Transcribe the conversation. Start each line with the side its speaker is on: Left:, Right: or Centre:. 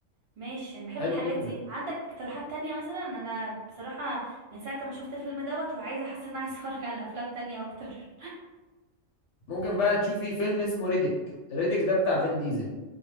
Right: ماشي انا بحب
Left: حلو
Right: الحاجات
Left: جدا
Right: دي عندك اقتراحات تانية مثلا انا بصراحة من ساعة ما شفت الفيلم دوت وعايزة حاسة ان أنا عايزة <laughs> اتفرج على افلام تانية اكتر
Left: ممكن بقى تشوفي فيلم اسمه ريديك ريديك ده بتاع فين ديزل